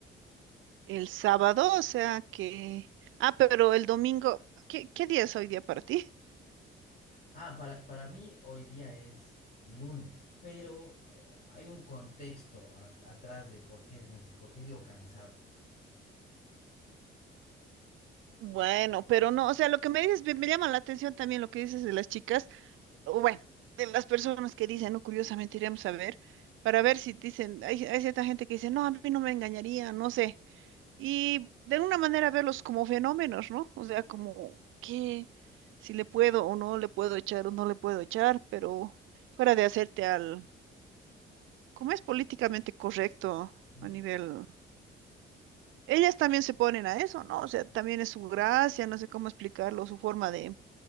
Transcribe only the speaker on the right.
El sábado, o sea que... Ah, pero el domingo, ¿qué, qué día es hoy día para ti?
Bueno, pero no, o sea, lo que me dices, me, me llama la atención también lo que dices de las chicas, o bueno, de las personas que dicen, no, curiosamente iremos a ver, para ver si dicen, hay, hay cierta gente que dice, no, a mí no me engañaría, no sé, y de alguna manera verlos como fenómenos, ¿no? O sea, como que si le puedo o no le puedo echar o no le puedo echar, pero fuera de hacerte al como es políticamente correcto
a nivel... Ellas también se ponen a eso, ¿no? O sea, también es su gracia, no sé cómo explicarlo, su forma de,